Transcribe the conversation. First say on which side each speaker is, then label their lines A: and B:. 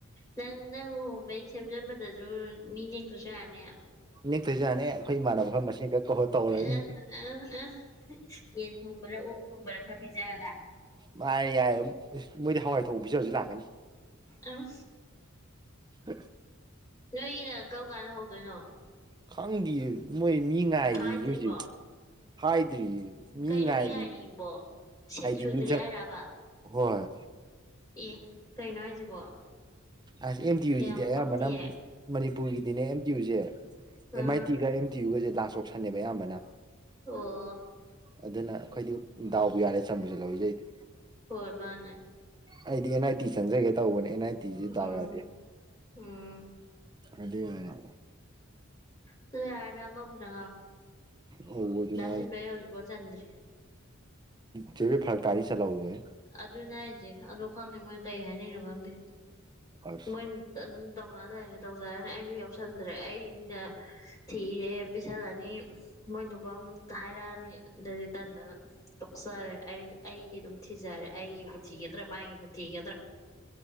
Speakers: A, on the left; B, on the right.
A: ꯅꯪ ꯅꯪ ꯂꯨꯍꯣꯡꯕꯩ ꯁꯦꯝꯖꯟꯕꯗꯁꯨ ꯃꯤ ꯅꯦꯛꯛꯇꯁꯨ ꯌꯥꯔꯅꯤ
B: ꯅꯦꯛꯇꯣꯏꯖꯥꯠꯅꯦ ꯑꯩꯈꯣꯏ ꯏꯃꯥꯟꯅꯕ ꯈꯔ ꯃꯁꯤꯡ ꯈꯔ ꯀꯧꯔ ꯇꯧꯔꯅꯤ
A: ꯑ ꯑ ꯑ ꯌꯦꯟ ꯊꯉꯕ꯭ꯔꯦ ꯑꯣ ꯊꯨꯝꯕꯔ ꯈꯔ ꯄꯤꯖꯗ
B: ꯃꯥꯔꯦ ꯌꯥꯏꯌꯦ ꯃꯣꯏꯗꯤ ꯍꯋꯥꯏ ꯊꯣꯡꯖ ꯍꯧꯖꯤꯛ ꯂꯥꯛꯀꯅꯤ
A: ꯑ
B: ꯑ
A: ꯅꯩꯅ ꯀꯔꯧ ꯀꯥꯟꯗ ꯍꯧꯗꯣꯏꯅꯣ
B: ꯈꯪꯗꯌꯦ ꯃꯣꯏ ꯃꯤ ꯉꯥꯏꯔꯤ
A: ꯍꯥꯏꯗ꯭ꯔꯤꯕꯣ
B: ꯍꯧꯖꯤꯛ ꯍꯥꯏꯗ꯭ꯔꯤꯌꯦ ꯃꯤ
A: ꯀ ꯅꯨꯣꯃꯤ
B: ꯉꯥꯏꯔꯤꯌꯦ
A: ꯉꯥꯏꯔꯤꯕꯔꯤꯕꯣ ꯁꯤꯦꯠ
B: ꯍꯥꯏꯗꯤ
A: ꯁꯨꯗ꯭ꯔꯤ
B: ꯃꯤ ꯆꯪ
A: ꯍꯥꯏꯔꯕ
B: ꯍꯣꯏ
A: ꯑꯦ ꯀꯩꯅꯣ ꯍꯥꯏꯁꯤꯕꯣ
B: ꯑꯁ ꯑꯦꯝ ꯇꯤ ꯌꯨ
A: ꯌꯥꯝ
B: ꯁꯤꯗꯤ ꯑꯌꯥꯝꯕꯅ
A: ꯄꯛꯇꯤꯌꯦ
B: ꯃꯅꯤꯄꯨꯔꯒꯤꯗꯤꯅꯦ ꯑꯦꯝ ꯇꯤ ꯌꯨꯁꯦ
A: ꯑꯥ
B: ꯑꯦꯝ ꯑꯥꯏ ꯇꯤꯒ ꯑꯦꯝ ꯇꯤ ꯌꯨꯒꯁꯦ ꯂꯥꯁ ꯑꯣꯞꯁꯟꯅꯦꯕ ꯑꯌꯥꯝꯕꯅ
A: ꯑꯣ
B: ꯑꯗꯨꯅ ꯑꯩꯈꯣꯏꯗꯤ ꯗꯥꯎꯕ ꯌꯥꯔꯦ ꯆꯪꯃꯤꯁꯨ ꯂꯧꯖꯩꯗꯤ
A: ꯍꯣꯏ ꯃꯥꯅꯦ
B: ꯑꯩꯗꯤ ꯑꯦꯟ ꯑꯥꯏ ꯇꯤ ꯆꯪꯖꯒꯦ ꯇꯧꯕꯅꯦ ꯑꯦꯟ ꯑꯥꯏ ꯒꯤꯖꯦ
A: ꯎꯝ
B: ꯗꯥꯎ ꯌꯥꯗꯦ
A: ꯎꯝ
B: ꯑꯗꯨꯏꯅꯦ
A: ꯑꯗꯨ ꯌꯥꯔꯅ ꯑꯃ ꯄꯨꯔ
B: ꯍꯧꯕ ꯑꯗꯨꯅꯦ
A: ꯗꯁꯤꯟ ꯄꯔ ꯍꯧꯖꯤ ꯄꯠꯇꯔꯤ
B: ꯆꯕ ꯐꯜꯀ ꯆꯂꯥꯎꯦ
A: ꯑꯗꯨꯅꯦ ꯍꯥꯏꯁꯦ ꯑꯗꯣ ꯈꯪꯗꯦ ꯃꯣꯏ ꯀꯩ ꯍꯥꯏꯅꯤꯡꯅꯣ ꯈꯪꯗꯦ
B: ꯑꯁ
A: ꯃꯣꯏ ꯑꯗꯨꯝ ꯇꯧꯅ ꯂꯩꯔꯦ ꯇꯧꯖꯔꯅꯤ ꯑꯩꯁꯨ ꯌꯥꯎꯁꯟꯗ꯭ꯔꯦ ꯑꯩꯅ ꯊꯤꯔꯦ ꯄꯤꯁꯜꯂꯅꯤ ꯃꯣꯏꯗꯨꯐꯝꯝ ꯍꯥꯏꯔꯛꯑꯅꯤ ꯑꯗꯩꯗꯤ ꯇꯟꯗꯅ ꯇꯣꯛꯆꯔꯦ ꯑꯩ ꯑꯩꯒꯤ ꯑꯗꯨꯝ ꯊꯤꯖꯔꯦ ꯑꯩꯒꯤꯕꯨ ꯊꯤꯒꯗ꯭ꯔꯥ ꯃꯥꯒꯤꯕꯨ ꯊꯤꯒꯗ꯭ꯔꯥ